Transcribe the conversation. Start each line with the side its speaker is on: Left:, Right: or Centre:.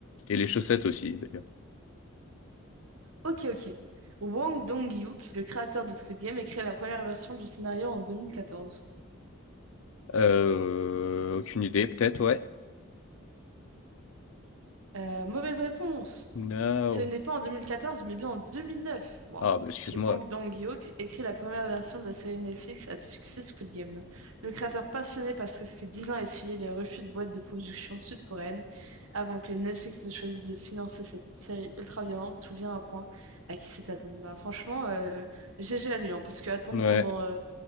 Left: Et les chaussettes aussi, d'ailleurs.
Right: Ok, ok. Wang Dong-hyuk, le créateur de Squid Game, a créé la première version du scénario en 2014.
Left: Euh, aucune idée, peut-être, ouais.
Right: Euh, mauvaise réponse.
Left: No.
Right: Ce n'est pas en 2014, mais bien en 2009, waouh,
Left: Ah, bah, excuse-moi.
Right: que Hang Dong-hyuk écrit la première version de la série Netflix à succès Squid Game. Le créateur passionné passe presque 10 ans à essuyer les refus de boîtes de production sud-coréennes avant que Netflix ne choisisse de financer cette série ultra-violente. Tout vient à point à qui c'est attendu. Bah, franchement, euh, GG à lui, hein, parce que attendre
Left: Ouais.
Right: pendant, euh,